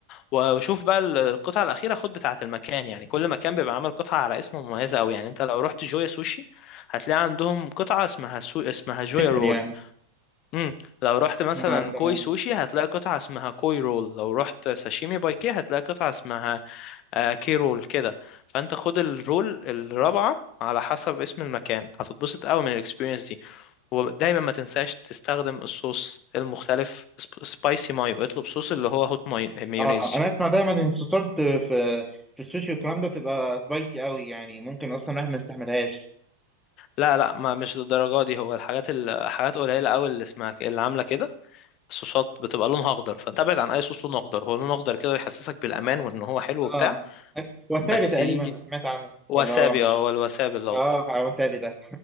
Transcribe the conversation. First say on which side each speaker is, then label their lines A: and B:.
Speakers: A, on the left; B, in the centre.
A: وشوف بقى ال- القطعة الأخيرة خد بتاعة المكان يعني كل مكان بيبقى عامل قطعة على اسم مميزة أوي يعني أنت لو رحت جويا سوشي هتلاقي عندهم قطعة اسمها سو... اسمها جويا
B: فشل
A: رول
B: يعني
A: امم لو رحت مثلا
B: اه تمام
A: كوي سوشي هتلاقي قطعة اسمها كوي رول لو رحت ساشيمي باي كي هتلاقي قطعة اسمها آه، كي رول كده فانت خد الرول الرابعة على حسب اسم المكان هتتبسط قوي من الاكسبيرينس دي ودايما ما تنساش تستخدم الصوص المختلف سب- سبايسي مايو اطلب صوص اللي هو هوت ماي- مايونيز
B: اه انا اسمع دايما ان الصوصات في في السوشي والكلام ده بتبقى سبايسي قوي يعني ممكن اصلا الواحد ما يستحملهاش
A: لا لا ما مش للدرجة دي هو الحاجات الحاجات قليلة قوي اللي اسمها ك- اللي عاملة كده الصوصات بتبقى لونها اخضر فانت ابعد عن اي صوص لونه اخضر هو لونه اخضر كده يحسسك بالامان وان هو حلو وبتاع
B: اه وسابي
A: بس
B: تقريبا
A: يجي
B: سمعت عنه
A: وسابي
B: ولا هو مش
A: اه هو الوسابي الاخضر
B: اه وسابي ده